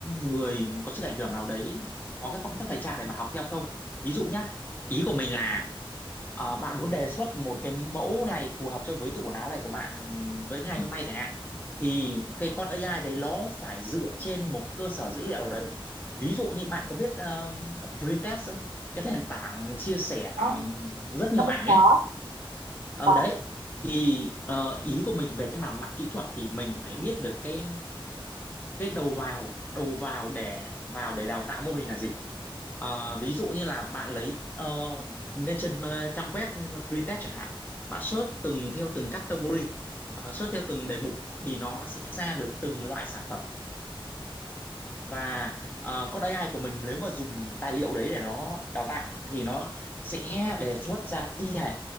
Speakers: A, on the left (about 20°); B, on the right (about 85°).
A: người có sức ảnh hưởng nào đấy có cái phong cách thời trang để bạn học theo không ví dụ nhá ý của mình là ờ, bạn muốn đề xuất một cái mẫu này phù hợp cho với tủ quần áo này của bạn với ngày hôm nay chẳng hạn thì cái con AI đấy nó phải dựa trên một cơ sở dữ liệu nào đấy ví dụ như bạn có biết ờ, Pinterest không cái nền tảng chia sẻ
B: đó,
A: ờ, rất nhiều
B: con
A: ảnh
B: định có
A: ấy Ờ
B: có
A: đấy thì ờ, ý của mình về cái mảng mặt kỹ thuật thì mình phải biết được cái cái đầu vào đầu vào để vào để đào tạo mô hình là gì Ờ, ví dụ như là bạn lấy ờ, lên trên ờ, trang web Freetest chẳng hạn bạn search từng theo từng category ờ, search theo từng đề mục thì nó sẽ ra được từng loại sản phẩm và ờ, con AI của mình nếu mà dùng tài liệu đấy để nó đào tạo thì nó sẽ đề xuất ra y hệt